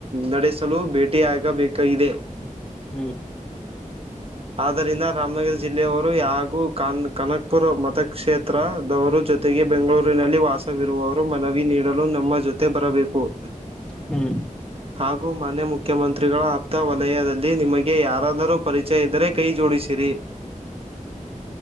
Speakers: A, on the right; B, in the centre.
A: ನಡೆಸಲು ಭೇಟಿಯಾಗಬೇಕಾಗಿದೆ. <inaudible>
B: ಹ್ಮ್. <unintelligible>
A: ಆದ್ದರಿಂದ ರಾಮನಗರ ಜಿಲ್ಲೆಯವರು ಹಾಗೂ ಕನ್ ಕನಕಪುರ ಮತ್ತ ಕ್ಷೇತ್ರದವರು ಜೊತೆಗೆ ಬೆಂಗಳೂರಿನಲ್ಲಿ ವಾಸವಿರುವವರು ಮನವಿ ನೀಡಲು ನಮ್ಮ ಜೊತೆ ಬರಬೇಕು. <inaudible>
B: ಹ್ಮ್.
A: ಹಾಗೂ ಮಾನ್ಯ ಮುಖ್ಯಮಂತ್ರಿಗಳ ಅತ್ತ ವಲಯದಲ್ಲಿ ನಿಮಗೆ ಯಾರಾದರೂ ಪರಿಚಯ ಇದ್ದರೆ ಕೈ ಜೋಡಿಸಿರಿ. <inaudible>